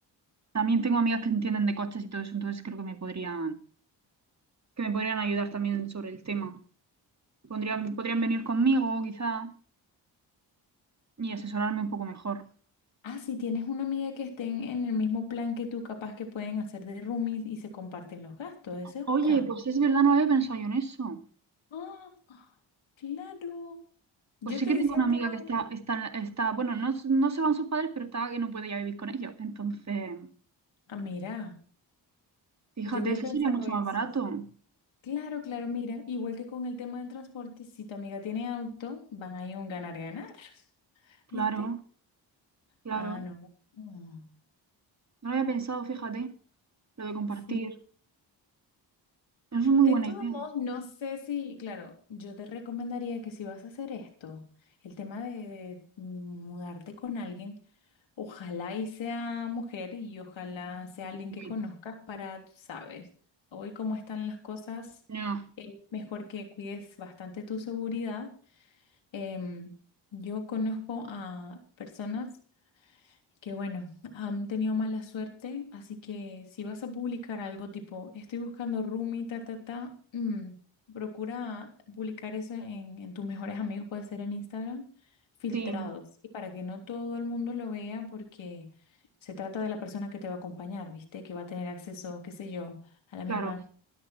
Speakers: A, on the right; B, on the left.
A: También tengo amigas que entienden de coches y todo eso, entonces creo que me podrían que me podrían ayudar también sobre el tema. Podrían, podrían venir conmigo, quizá, y asesorarme un poco mejor.
B: Ah, si tienes una amiga que estén en el mismo plan que tú, capaz que pueden hacer de roomies y se comparten los gastos, esa es
A: Oye,
B: otra.
A: pues es verdad, no había pensado yo en eso.
B: Ah, claro. Yo
A: Pues sí
B: te
A: que
B: decía
A: tengo una
B: el
A: amiga
B: tema.
A: que está, está, está, bueno, no, no se van sus padres, pero está que no puede ya vivir con ellos. Entonces,
B: Ah, mira,
A: fíjate,
B: yo había
A: eso
B: pensado
A: sería mucho
B: eso.
A: más barato.
B: Claro, claro, mira, igual que con el tema del transporte, si tu amiga tiene auto, van a ir un ganar-ganar, <laughs>
A: Claro,
B: ¿viste?
A: claro.
B: Ah, no. Mm,
A: No lo había pensado, fíjate, lo de compartir.
B: Sí.
A: Es una muy
B: De
A: buena
B: todos
A: idea.
B: modos, no sé si, claro, yo te recomendaría que si vas a hacer esto, el tema de, de mudarte con alguien, ojalá y sea mujer y ojalá sea alguien
A: Sí.
B: que conozcas para, tú sabes, hoy cómo están las cosas,
A: No,
B: eh, mejor que cuides bastante tu seguridad. Em, yo conozco a personas que bueno, han tenido mala suerte, así que si vas a publicar algo tipo, estoy buscando roomie, ta, ta, ta, mm, procura publicar eso en, en tus mejores amigos, puede ser en Instagram, filtrados,
A: sí,
B: y para que no todo el mundo lo vea, porque se trata de la persona que te va a acompañar, ¿viste? Que va a tener acceso, qué sé yo, a la
A: claro.
B: misma